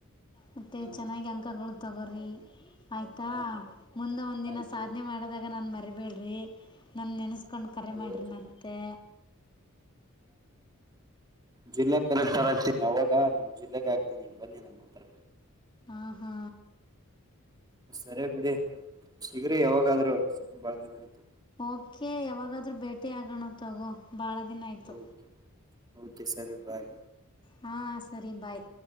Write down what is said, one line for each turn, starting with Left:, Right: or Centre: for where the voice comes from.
Left: ಮತ್ತೆ
Right: ಹ್ಮ
Left: ಚೆನ್ನಾಗಿ ಅಂಕಗಳು ಸತಗರಿ ಆಯ್ತಾ
Right: ಹಾ
Left: ಮುಂದೆ ಒಂದ ದಿನ
Right: ಆಯ್ತು
Left: ಸಾಧನೆ ಮಾಡಿದಾಗ ನಾನು ಮರಿಬೇಡ. <unintelligible> ನಾನ ನೆನೆಸ್ಕೊಂಡು ಕರೆ ಮಾಡ್ರಿ
Right: ಓಕೆ
Left: ಮತ್ತೆ
Right: ಜಿಲ್ಲೆ ಕಲೆಕ್ಟರ್ ಆಗ್ತೀನಿ ಅವಾಗ ನಿಮ್ ಜಿಲ್ಲೆಗೆ ಹ ಆಗ್ತೀನಿ ಬನ್ನಿ ನಮ್ಮ ಹತ್ರ
Left: ಹಾ ಹಾ
Right: ಸರಿ ಬಿಡಿ ಸಿಗ್ರ ಯಾವಾಗಾದ್ರೂ ಸಿಕ್ಕ ಬಾಳ ದಿನ ಆಯ್ತು.
Left: ಓಕೆ ಯಾವಾಗಾದ್ರೂ ಭೇಟಿ ಆಗೋಣ ತಗೋ ಭಾಳ ದಿನ ಆಯಿತು.
Right: ಓಕೆ ಓಕೆ ಸರಿ ಬಾಯ್.
Left: ಹಾ ಸರಿ ಬಾಯ್.